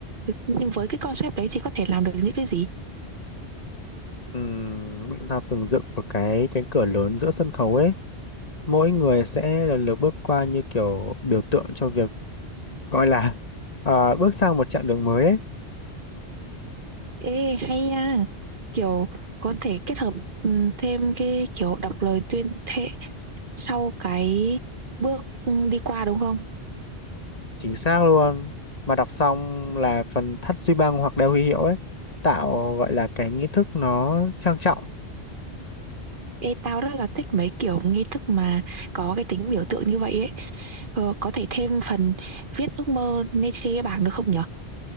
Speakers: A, on the right; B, on the left.
A: Nhưng với cái concept đấy thì có thể làm được những cái gì?
B: Ừm, bọn tao từng dựng một cái cánh cửa lớn giữa sân khấu ấy mỗi người sẽ lần lượt bước qua như kiểu biểu tượng cho việc gọi là <laughs> à, bước sang một chặng đường mới ấy
A: Ê hay nha. Kiểu có thể kết hợp ừ, thêm cái kiểu đọc lời tuyên thệ sau cái bước ừ, đi qua đúng không?
B: chính xác luôn mà đọc xong là phần thắt duy băng hoặc đeo huy hiệu ấy tạo gọi là cái nghi thức nó trang trọng
A: Ê tao rất là thích mấy kiểu nghi thức mà có cái tính biểu tượng như vậy ấy. Ờ, có thể thêm phần viết ước mơ lên trên cái bảng được không nhỉ?